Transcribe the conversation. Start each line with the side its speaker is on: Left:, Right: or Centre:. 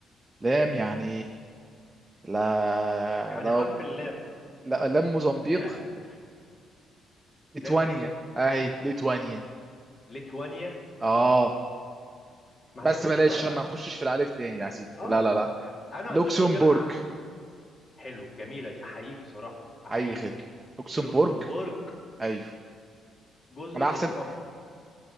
Right: لام يعني لا
Left: يعني
Right: لا
Left: حرف اللام
Right: لا لام موزمبيق
Left: <laughs>
Right: ليتوانيا
Left: لام ايه ده
Right: اهي ليتوانيا
Left: ليتوانيا
Right: اه
Left: ما
Right: بس
Left: احنا
Right: بلاش
Left: برضو
Right: عشان ما نخشش في الالف تاني يا سيدي
Left: اه
Right: لا لا
Left: ب-
Right: لا
Left: انا ما
Right: لوكسمبورج
Left: عنديش مشكله انا ع- حلو جميله دي احييك بصراحه احييك
Right: اي خدمه لوكسمبورج
Left: لوكسمبورج
Right: ايوه
Left: جزر
Right: انا احسب
Left: القمر